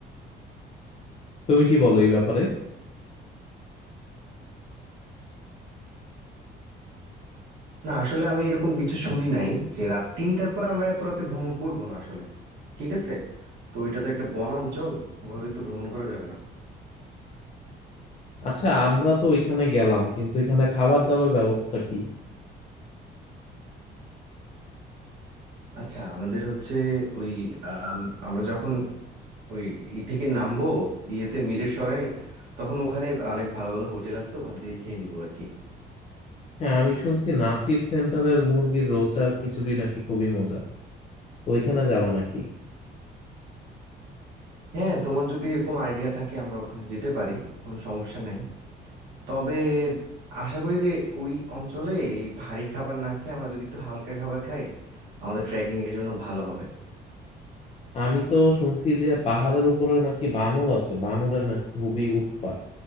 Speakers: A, on the left (about 35°); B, on the right (about 70°).
A: তুমি কি বলো এই ব্যাপারে
B: না আসলে আমি এরকম কিছু শুনি নাই যে রাত তিনটার পরে আমরা এত রাতে ভ্রমণ করব না আসলে ঠিক আছে তো ওইটা তো একটা বনাঞ্চল ওভাবে তো ভ্রমণ করা যাবে না
A: আচ্ছা আমরা তো ওইখানে গেলাম কিন্তু এখানে খাবার দাবার ব্যবস্থা কি
B: আচ্ছা আমাদের হচ্ছে ওই আম, আমরা যখন ওই ই থেকে নামবো ইয়েতে মিরের সরায়ে তখন ওখানে অনেক ভালো ভালো হোটেল আছে ওখান থেকে খেয়ে নিবো আর কি
A: হ্যাঁ আমি শুনছি নাসির সেন্টারের মুরগির রোস্ট আর খিচুড়ি নাকি খুবই মজা তো ওইখানে যাব নাকি
B: হ্যাঁ তোমার যদি এরকম আইডিয়া থাকে আমরা ওখানে যেতে পারি কোনো সমস্যা নাই তবে আশা করি যে ওই অঞ্চলে এই ভারী খাবার না খেয়ে আমরা যদি একটু হালকা খাবার খাই আমাদের ট্রেকিং এর জন্য ভালো হবে
A: আমি তো শুনছি যে পাহাড়ের উপরে নাকি বানর আছে বানরের নাকি খুবই উৎপাত